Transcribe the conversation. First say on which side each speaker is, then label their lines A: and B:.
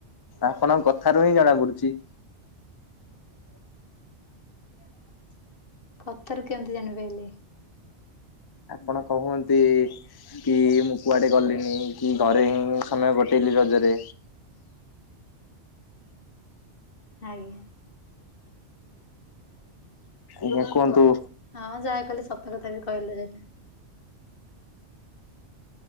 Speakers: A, on the left; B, on the left.
A: ଆପଣଙ୍କ କଥାରୁ ହିଁ ଜଣାପଡୁଚି।
B: ଏ <unintelligible> ହଛି <unintelligible> କଥାରୁ କେମିତି ଜାଣିପାଇଲେ?
A: ଆପଣ କହନ୍ତି କି ମୁଁ କୁଆଡେ ଗଲିନି, କି ଘରେ ହିଁ ସମୟ କଟେଇଲି ରଜରେ।
B: ଆଜ୍ଞା।
A: ଆଜ୍ଞା କୁହନ୍ତୁ।
B: ହଁ ଯାହା କହିଲେ, ସତ କଥା ବି କହିଲେ ସେଇଟା।